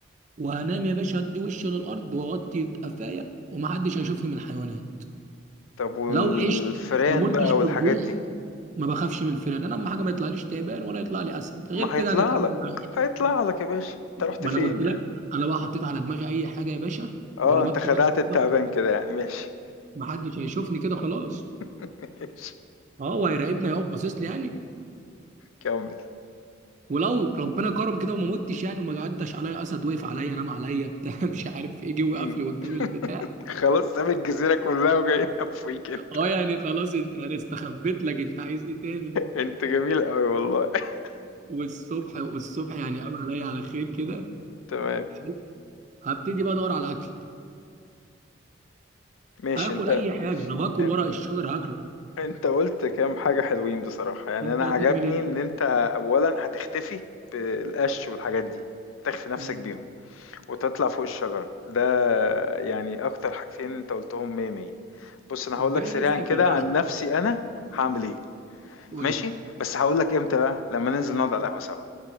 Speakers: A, on the right; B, on the left.
A: وهنام يا باشا هدي وشي للارض واغطي قفايا ومحدش هيشوفني من الحيوانات
B: طب والفئران
A: لو عشت ما متش
B: بقى
A: من
B: والحاجات
A: الجوع
B: دي
A: ما بخافش من الفئران انا اهم حاجه ما يطلعليش تعبان ولا يطلع لي اسد غير
B: ما
A: كده
B: هيطلع
A: هنتعامل
B: لك
A: معاه
B: هيطلع لك يا باشا انت رحت
A: ما
B: فين
A: انا قلت لك
B: يعني
A: انا بقى حطيت على دماغي اي حاجه يا باشا
B: اه
A: وربطت
B: انت خدعت
A: نفسي
B: التعبان
A: كده
B: كده يعني ماشي
A: محدش هيشوفني كده خلاص
B: <laughs> ماشي
A: اه هو هيراقبني هيقف باصص لي يعني
B: كمل
A: ولو ربنا كرم كده وما متش يعني وما عداش عليا اسد وقف عليا نام عليا بتاع <laughs> مش عارف ايه جه وقف
B: مم.
A: لي قدام
B: <laughs>
A: البتاع
B: خلاص ساب الجزيرة كلها وجاي نفويك انت
A: اه يعني خلاص انت انا استخبيت لك انت عايز ايه تاني
B: انت جميل قوي والله <laughs>
A: والصبح والصبح يعني قام عليا على خير كده
B: تمام
A: حلو. هبتدي بقى ادور على اكل
B: ماشي
A: هاكل
B: انت
A: اي حاجه لو هاكل
B: ان-
A: ورق الشجر هاكله
B: انت قلت كام حاجة حلوين بصراحة يعني
A: انت
B: انا
A: هتعمل
B: عجبني
A: ايه؟
B: ان انت اولا هتختفي بالقش والحاجات دي هتخفي نفسك
A: مم.
B: بيهم وتطلع فوق الشجرة ده يعني اكتر حاجتين انت قلتهم مية مية بص انا هقول
A: اداني
B: لك سريعا
A: نص الجدعنه
B: كده عن نفسي انا هعمل ايه
A: قول
B: ماشي
A: لي
B: بس هقول لك امتى بقى لما ننزل نقعد على القهوة سوا